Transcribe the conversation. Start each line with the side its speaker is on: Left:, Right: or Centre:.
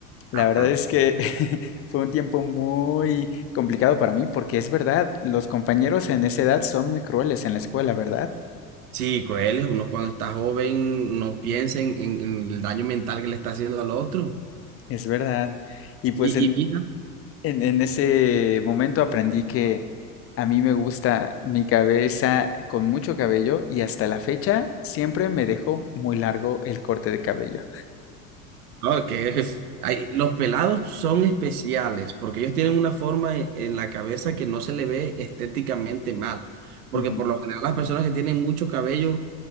Left: La
Right: Ajá.
Left: verdad es que <laughs> fue un tiempo muy complicado para mí porque es verdad, los compañeros en esa edad son muy crueles en la escuela, ¿verdad?
Right: Sí, cruel es uno cuando está joven, no piensa en, en- en el daño mental que le está haciendo al otro.
Left: Es verdad. Y pues
Right: Y,
Left: en,
Right: y mira,
Left: En, en ese momento aprendí que a mí me gusta mi cabeza con mucho cabello y hasta la fecha siempre me dejo muy largo el corte de cabello.
Right: No, que hay- los pelados son especiales porque ellos tienen una forma en, en la cabeza que no se le ve estéticamente mal. Porque
Left: Ujú,
Right: por lo general las personas que tienen mucho cabello,